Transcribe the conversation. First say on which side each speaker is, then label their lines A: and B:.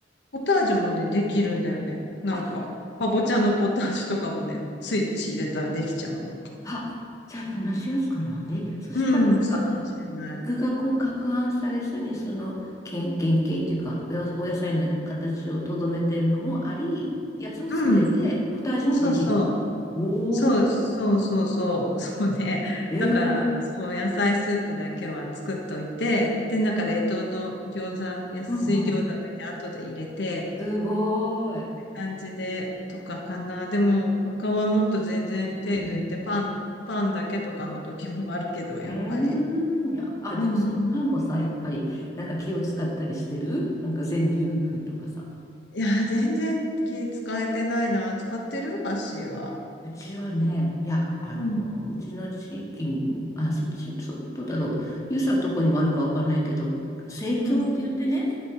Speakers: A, on the left; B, on the left.
A: ポタージュもね、できるんだよね。なんか、
B: あ、
A: かぼちゃのポタージュとかもね、スイッチ入れたらできちゃうの。
B: あ、じゃあやっぱ同じやつかなえ、そしたらなんか
A: うん、そうかもしれない。
B: 具がこう攪拌されずに、その原原型っていうか、おお野菜の形をとどめてるのもあり、やつも作れて、
A: うん、
B: ポタージュもできるって。
A: そうそう。
B: おー、
A: そうそうそうそう。<laughs> そうね。
B: えー。
A: だから、そう、野菜スープだけは作っといて、で、なんか冷凍の餃子、安い餃子だけ後で入れて、
B: うんうんすごーい。
A: 感じで、とかかな。でも、他はもっと全然手抜いて、
B: うん
A: パン、パンだけとかの時もあるけど、やっぱり。
B: うーん。いや、あ、
A: うんうん。
B: でもそのパンもさ、やっぱり、なんか気を使ったりしてるなんか全粒粉とかさ。
A: いやー、全然気使えてないな。使ってるハッシーは。
B: うちはね、いや、あのーうちの地域に、
A: うん。
B: あ、そっち、そ、どうだろう。ゆうさんのとこにもあるかわかんないけど、生協って言ってね、
A: うん。